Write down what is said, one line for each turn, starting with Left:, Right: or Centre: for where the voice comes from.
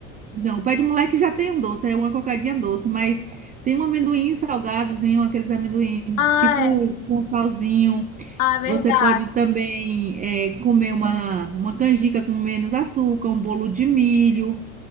Right: não, o pé de moleque já tem um doce, é uma cocadinha doce, mas tem um amendoim salgadozinho, aqueles amendoim
Left: Ah,
Right: tipo
Left: é.
Right: com salzinho.
Left: Ah, é verdade.
Right: Você pode também é, comer uma, uma canjica com menos açúcar, um bolo de milho,